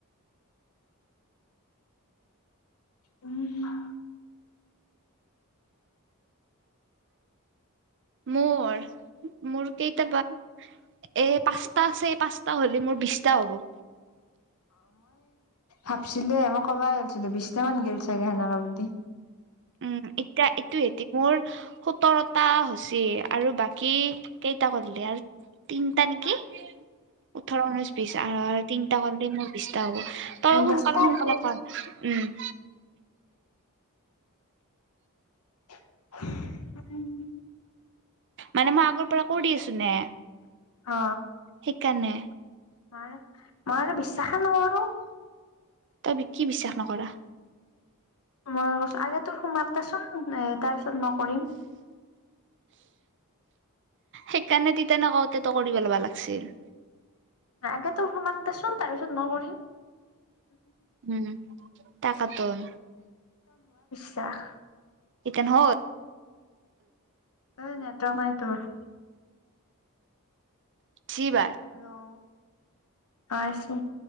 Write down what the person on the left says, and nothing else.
উম হম
ভাবছিলোৱে মই কব গছিলো বিশটামান গ'ল চাগে সেনেকা বুলি
মোৰ দছটা
হব
উ
অ
মই মই আৰু বিশ্বাসে নকৰো
সময় কছ আগে তোৰ সময় হওক দেচোন এ তাৰ পিছত জন্ম কৰিম
আগে তো সমাক দেছন তাছত মই কৰিম
চাহ
ঐ নেতৰক নাই তুৰ।
ৰ <unintelligible> অ, আছো।